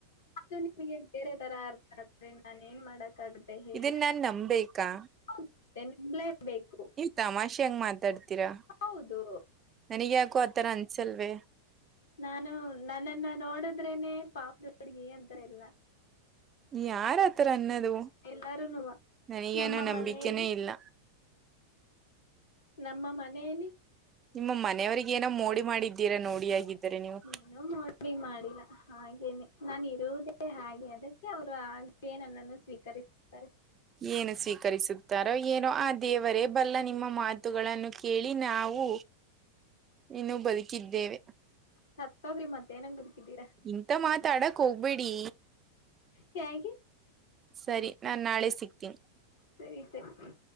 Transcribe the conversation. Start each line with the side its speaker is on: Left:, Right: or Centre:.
Left: ಅದು ನಿಮಗೆ ಬೇರೆ ತರ ಅರ್ಥ ಆದ್ರೆ ನಾನೆನ್ ಮಾಡಕ್ ಗುತ್ತೆ ಹೇಳಿ
Right: ಇದನ್ ನಾನ್ ನಂಬೇಕಾ
Left: ಮತ್ತೆ <unintelligible> ಬೇಕು.
Right: ತಮಾಷೆಯಾಗ್ ಮಾತಾಡ್ತೀರಾ.
Left: ಹೌದು
Right: ನನಿಗ್ ಯಾಕೋ ಆತರ ಅನ್ಸಲ್ವೇ.
Left: ನಾನು ನನ್ನನ್ನ ನೋಡದ್ರೇನೆ ಪಾಪದ ಹುಡ್ಗಿ ಅಂತಾರೆಲ್ಲ.
Right: ಯಾರ ಆತರ ಅನ್ನೋದು
Left: ಎಲ್ಲಾರುನುವ
Right: ನನಗೇನೋ
Left: ನಮ್ಮ
Right: ನಂಬಿಕೆನೇ
Left: ಮನೆಯಲ್ಲಿ.
Right: ಇಲ್ಲ
Left: ನಮ್ಮ ಮನೆಯಲ್ಲಿ
Right: ನಿಮ್ಮ ಮನೆಯವರಿಗೇನೋ ಮೋಡಿ ಮಾಡಿದ್ದೀರಾ ನೋಡಿ ಆಗಿದ್ದರೆ ನೀವು.
Left: ಏನೂ ಮೋಡಿ ಮಾಡಿಲ್ಲ ಹಾಗೇನೆ ನಾನಿರೋದೇ ಹಾಗೆ ಅದಕ್ಕೆ ಅವ್ರ್ ಹಾಗ್ ಗೆ ನನ್ನನ್ನು ಸ್ವೀಕರಿಸುತ್ತಾರೆ.
Right: ಏನು ಸ್ವೀಕರಿಸುತ್ತಾರೋ ಏನೋ ಆ ದೇವರೇ ಬಲ್ಲ. ನಿಮ್ಮ ಮಾತುಗಳನ್ನು ಕೇಳಿ ನಾವು ಇನ್ನು ಬದುಕಿದ್ದೇವೆ.
Left: ಸತ್ತೋಗ್ರಿ ಮತ್ತೆ ಏನುಕ್ ಬದುಕಿದ್ದೀರಾ?
Right: ಇಂತ ಮಾತಾಡಕ್ ಹೋಗ್ಬೇಡಿ
Left: ಹ್ಯಾಗೆ?
Right: ಸರಿ ನಾನ್ ನಾಳೆ ಸಿಗ್ತೀನಿ.
Left: ಸರಿ ಸರಿ.